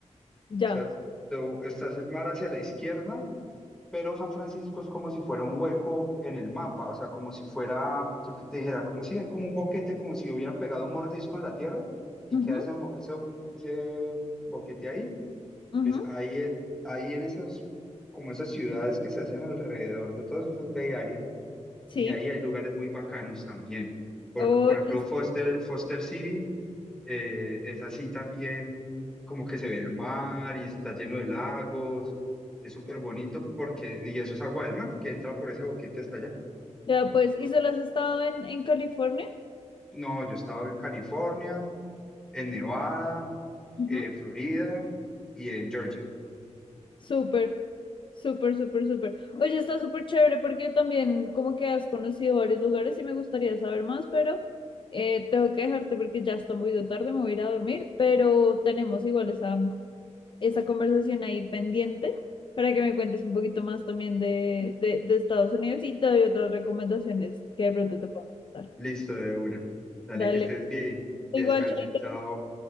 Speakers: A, on the left (about 40°); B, in the centre.
A: ya.
B: O sea, tú estás el mar hacia la izquierda, pero San Francisco es como si fuera un hueco en el mapa. O sea, como si fuera, yo que te dijera, como si hay como un boquete, como si hubieran pegado un mordisco en la tierra y
A: Ujú,
B: queda ese, mo- ese, ese boquete ahí
A: ujú,
B: es ahí, es- ahí en esas, como esas ciudades que se hacen alrededor de todos esos Bay Area,
A: sí.
B: y ahí hay lugares muy bacanos también. Por,
A: Oye,
B: por ejemplo,
A: sí,
B: Foster, Foster City eh, es así también, como que se ve el mar y está lleno de lagos, es súper bonito porque, y eso es agua del mar que entra por ese boquete hasta allá.
A: ya pues, ¿y solo has estado en, en California?
B: No, yo he estado en California, en Nevada,
A: Ujú,
B: en Florida y en Georgia.
A: Súper, súper, súper, súper. Oye, está súper chévere porque también como que has conocido varios lugares y me gustaría saber más, pero eh, tengo que dejarte porque ya está muy de tarde, me voy a ir a dormir, pero tenemos igual esa, esa conversación ahí pendiente para que me cuentes un poquito más también de, de, de Estados Unidos y te doy otras recomendaciones que de pronto te puedan dar.
B: Listo, de una. Dale,
A: Dale.
B: que estés bien,
A: Igual,
B: que descanses.
A: Chaito.
B: Chao.